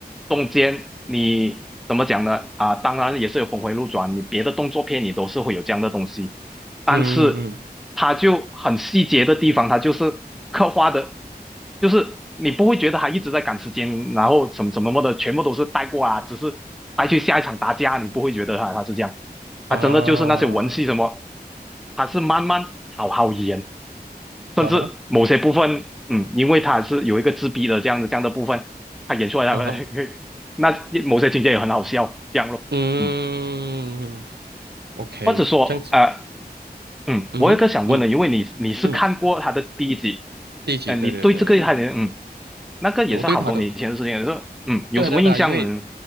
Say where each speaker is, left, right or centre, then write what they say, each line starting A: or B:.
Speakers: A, in the centre; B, on the right.
A: 中间你怎么讲呢？啊、当然也是有峰回路转，你别的动作片你都是会有这样的东西，但是他就很细节的地方，
B: 嗯嗯
A: 他就是刻画的，就是你不会觉得他一直在赶时间，然后什么什么么的，全部都是带过啊，只是带去下一场打架，你不会觉得他他是这样，
B: 嗯啊
A: 他真的就是那些文戏什么，他是慢慢好好演，甚至某些部分，
B: 啊哈
A: 嗯，因为他是有一个自闭的这样的这样的部分，他演出来他会
B: 啊哈
A: <laughs> 那某些情节也很好笑，这样咯。
B: 嗯
A: 嗯，
B: ，OK，
A: 或者说，
B: 嗯，OK，这样子，
A: 呃，嗯，
B: 嗯嗯
A: 我有个想问的，因为你你是看过他的第一集，
B: 嗯，第几？
A: 嗯、
B: 对对对对对，
A: 你对这个还有嗯，那个也是好多年前的事情，
B: 我对他的，
A: 是嗯，有什么印象呢？
B: 对啊对啊对啊，因为